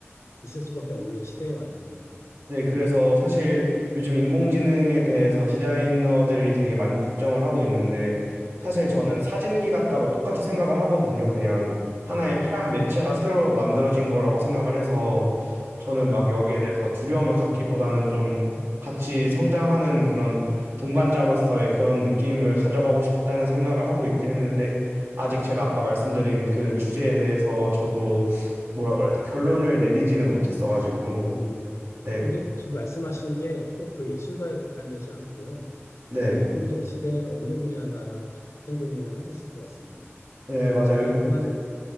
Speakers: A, on the left; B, on the right.
A: 있을 수밖에 없는 시대에 와 있네요.
B: 네, 그래서 사실 요즘 인공지능에 대해서 디자이너들이 되게 많이 걱정을 하고 있는데 사실 저는
A: 음,
B: 사진기 같다고 똑같이 생각을 하거든요. 그냥 하나의
A: 아, 예,
B: 표현 매체가 새로 만들어진 거라고 생각을 해서 저는 막 여기에
A: 음,
B: 대해서 두려움을 갖기보다는 좀 같이 성장하는 그런 동반자로서의 그런 느낌을 가져가고 싶다는 생각을 하고 있긴 했는데 아직 제가 아까 말씀드린 그 주제에 대해서 저도 뭐라
A: 음,
B: 그러지 결론을 내리지는 못했어가지고
A: 음.
B: 네.
A: 근데 지금 말씀하신 게 꼭 그 예술가에 국한되지 않고요.
B: 네.
A: 이 인공지능 시대에는 어느 분야나 다 같은 고민을 하고 있을 것 같습니다.
B: 네, 맞아요.
A: 제가
B: 요즘-
A: 얼마 전,